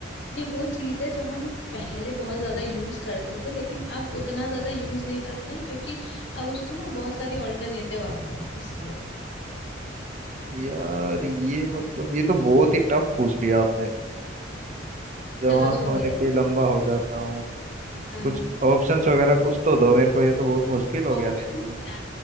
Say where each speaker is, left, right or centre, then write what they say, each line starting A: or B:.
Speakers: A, on the left (about 75°); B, on the right (about 40°).
A: ये वो चीज है जो हम पहले बहुत ज्यादा यूज करते थे लेकिन अब उतना ज्यादा यूज नहीं करते हैं क्योंकि अब उसकी ना बहुत सारी ऑल्टरनेटिव आ गए हैं इसलिए
B: यार ये मतलब ये तो बहुत ही टफ पूछ लिया आपने जवान
A: चलो छोड़ो
B: होने
A: यार
B: पे लंबा हो जाता हूँ
A: हाँ
B: कुछ ऑप्शंस वगैरह कुछ तो दो मेरे को ये तो बहुत मुश्किल हो
A: ऑप्शन
B: गया मेरे लिए
A: क्या है?